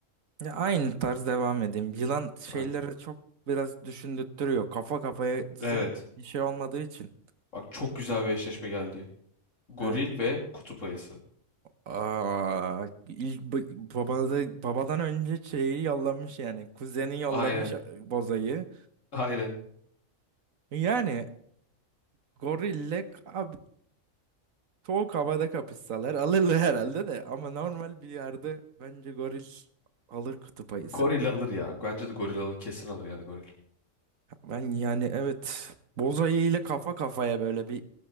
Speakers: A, on the right (about 80°); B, on the left (about 65°).
A: Ya aynı tarz devam edeyim. Yılan şeyleri
B: Aynen.
A: çok biraz düşündürtüyor. Kafa kafaya zın
B: Evet.
A: bir şey olmadığı için.
B: Bak çok güzel bir eşleşme geldi. Goril
A: He.
B: ve kutup ayısı.
A: Aa, ilk ba- babada, babadan önce şeyi yollamış yani. Kuzeni yollamış
B: Aynen.
A: e, bozayı.
B: <laughs> Aynen.
A: Yani gorille k- abi soğuk havada kapışsalar alırlar herhalde de. Ama normal bir yerde bence goril alır kutup ayısını.
B: Goril alır ya. Bence de goril alır. Kesin alır yani goril.
A: Ben yani evet bozayı ile kafa kafaya böyle bir